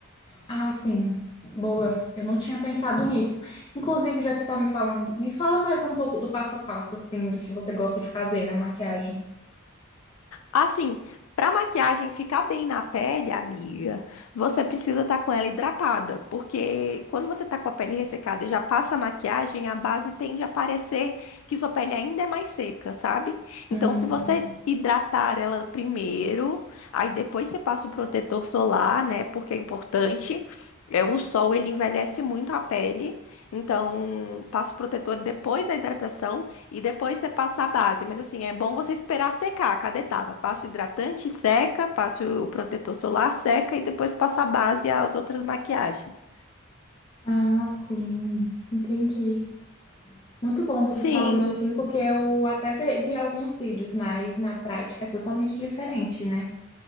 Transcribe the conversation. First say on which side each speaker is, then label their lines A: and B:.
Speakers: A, on the left; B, on the left.
A: Ah, sim. Boa, eu não tinha pensado nisso. Inclusive, já que você está me falando, me fala mais um pouco do passo a passo, assim, do que você gosta de fazer na maquiagem.
B: Assim, para maquiagem ficar bem na pele, amiga, você precisa estar com ela hidratada, porque quando você tá com a pele ressecada e já passa a maquiagem, a base tende a parecer que sua pele ainda é mais seca, sabe? Então,
A: Hum,
B: se você hidratar ela primeiro, aí depois você passa o protetor solar, né? Porque é importante. É, o sol, ele envelhece muito a pele, então passa o protetor depois da hidratação. E depois você passa a base. Mas assim, é bom você esperar secar cada etapa. Passa o hidratante, seca, passa o protetor solar, seca e depois passa a base e as outras maquiagens.
A: Ah, sim, entendi. Muito bom você
B: Sim,
A: falando assim, porque eu até ve- vi alguns vídeos, mas na prática é totalmente diferente, né?